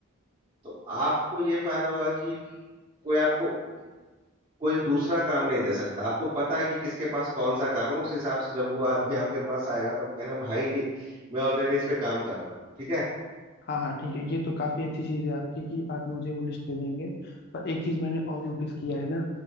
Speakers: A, on the right; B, on the left.
A: तो आपको ये फायदा होगा कि कोई आपको कोई दूसरा काम नहीं दे सकता आपको पता है कि किसके पास कौन सा काम है उस हिसाब से जब वो आदमी आपके पास आएगा तो आप कहना भाई मैं ऑलरेडी इस पे काम कर रहा हूँ ठीक है
B: हाँ हाँ ठीक है ये तो काफी अच्छी चीज है आपकी कि आप मुझे वो लिस्ट दे देंगे पर एक चीज मैंने और नोटिस किया है ना